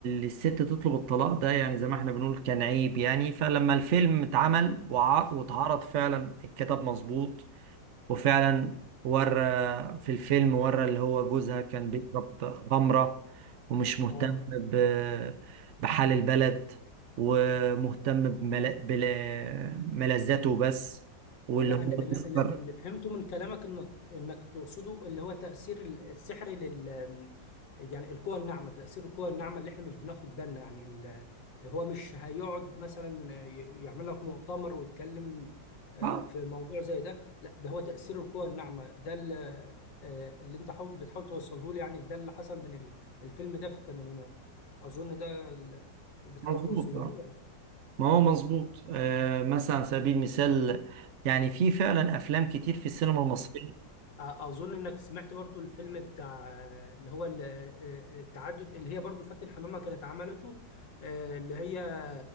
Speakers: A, on the right; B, on the left.
A: الست تطلب الطلاق ده يعني زي ما احنا بنقول كان عيب يعني فلما الفيلم اتعمل وع... واتعرض
B: مم.
A: فعلا الكتاب مظبوط وفعلا ورى في الفيلم ورى اللي هو جوزها كان بيشرب خمره ومش مهتم
B: اه
A: ب... بحال البلد ومهتم بمل... بملذاته بس واللي
B: انا
A: هو
B: أنا- أنا-
A: تذكر
B: أنا اللي فهمته من كلامك ان انك تقصده اللي هو تاثير ال- السحر لل يعني القوى الناعمه تاثير القوى الناعمه اللي احنا مش بناخد بالنا يعني ال... هو مش هيقعد مثلا ي- يعمل لك مؤتمر ويتكلم آه،
A: اه
B: في موضوع زي ده لا ده هو تاثير القوى الناعمه ده اللي, آه، اللي انت حاول بتحاول توصله لي يعني ده اللي حصل من ال- الفيلم ده في الثمانينات اظن ده اللي بتحاول
A: مظبوط
B: توصله
A: آه.
B: لي
A: ما هو مظبوط آه مثلا على سبيل المثال يعني في فعلا افلام كتير في السينما المصريه
B: أ- اظن انك سمعت برضو الفيلم بتاع آه، اللي هو ال- آه، آه، التعدد اللي هي برضو فاتن حمامة كانت عملته آه، اللي هي